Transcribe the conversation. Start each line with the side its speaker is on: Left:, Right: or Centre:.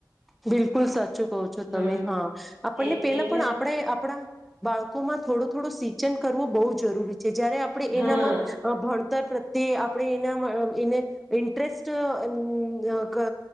Centre: બિલકુલ સાચું કહો છો તમે
Right: હમ
Centre: હા આપણને
Right: એ
Centre: પેલા
Right: એટલે
Centre: પણ આપણે આપણા બાળકો માં થોડો થોડો સિંચન કરવું બહુ જરૂરી જયારે આપણે
Right: હા
Centre: એનામાં ભણતર તે આપણે એના અ એને ઇન્ટરેસ્ટઅ અમ ક